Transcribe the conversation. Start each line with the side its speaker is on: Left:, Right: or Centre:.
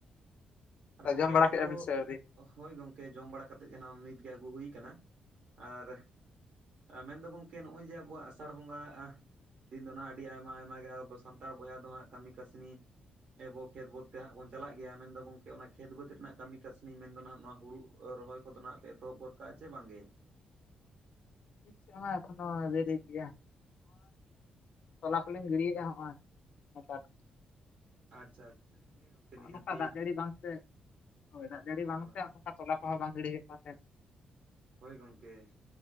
Right: ᱟᱨ ᱜᱚᱝᱠᱮ
Left: ᱡᱚᱢ ᱵᱟᱲᱟ
Right: ᱢᱮᱱᱫᱚ
Left: ᱠᱮᱫᱼᱟ ᱵᱤᱱ ᱥᱮ ᱟᱹᱣᱨᱤ
Right: ᱦᱳᱭ ᱜᱚᱢᱠᱮ ᱡᱚᱢ ᱵᱟᱲᱟ ᱠᱟᱛᱮᱫ ᱜᱮᱱᱟᱜ ᱱᱤᱛᱜᱮ ᱟᱹᱜᱩ ᱦᱩᱭ ᱟᱠᱟᱱᱟ ᱟᱨ ᱢᱮᱱ ᱫᱚ ᱜᱚᱝᱠᱮ ᱱᱚᱜᱼᱚᱭ ᱡᱮ ᱟᱵᱚᱣᱟᱜ ᱟᱥᱟ ᱟᱥᱟᱲ ᱵᱚᱸᱜᱟ ᱫᱤᱱ ᱫᱚ ᱦᱟᱜ ᱟᱹᱰᱤ ᱟᱭᱢᱟ ᱟᱭᱢᱟ ᱜᱮ ᱟᱵᱚ ᱥᱟᱱᱛᱟᱲ ᱵᱚᱭᱦᱟ ᱫᱚ ᱦᱟᱸᱜ ᱠᱟᱹᱢᱤ ᱠᱟᱹᱥᱱᱤ ᱮᱵᱚ ᱠᱷᱮᱛ ᱵᱟᱹᱫᱽ ᱛᱮᱦᱟᱸᱜ ᱵᱚᱱ ᱪᱟᱞᱟᱜ ᱜᱮᱭᱟ ᱢᱮᱱᱫᱚ ᱜᱚᱝᱠᱮ ᱚᱱᱟ ᱠᱷᱮᱛ ᱵᱟᱹᱫᱽ ᱨᱮᱱᱟᱜ ᱠᱟᱹᱢᱤ ᱠᱟᱹᱥᱱᱤ ᱢᱮᱱᱫᱚ ᱱᱟᱦᱟᱜ ᱱᱚᱣᱟ ᱦᱩᱲᱩ ᱨᱚᱦᱚᱭ ᱠᱚᱫᱚ ᱦᱟᱜ ᱯᱮ ᱮᱛᱚᱦᱚᱵ ᱜᱚᱫ ᱠᱟᱜᱼᱟ ᱥᱮ ᱵᱟᱝᱜᱮ?
Left: <unintelligible> ᱫᱮᱨᱤ ᱜᱮᱭᱟ ᱛᱚᱞᱟ ᱠᱚᱞᱤᱧ ᱨᱤᱰᱤᱭᱮᱫᱼᱟ ᱦᱚᱸᱜᱼᱚᱭ ᱱᱮᱛᱟᱨ
Right: ᱟᱪᱪᱷᱟ ᱟᱪᱪᱷᱟ ᱦᱮᱸ ᱜᱚᱝᱠᱮ,
Left: ᱱᱚᱜᱼᱚᱭ
Right: ᱱᱤᱦᱟᱹᱛᱤ
Left: ᱱᱚᱝᱠᱟ ᱫᱟᱜ ᱡᱟᱹᱲᱤ ᱵᱟᱝᱛᱮ ᱫᱟᱜ ᱡᱟᱹᱲᱤ
Right: ᱦᱳᱭ
Left: ᱵᱟᱝᱛᱮ
Right: ᱦᱳᱭ
Left: ᱱᱚᱝᱠᱟ ᱛᱚᱞᱟ ᱠᱚᱦᱚᱸ ᱵᱟᱝ ᱫᱟᱲᱤ ᱦᱩᱭᱩᱜ ᱠᱟᱱ ᱛᱟᱦᱮᱸᱫ,
Right: ᱦᱚᱭ ᱜᱚᱢᱠᱮ,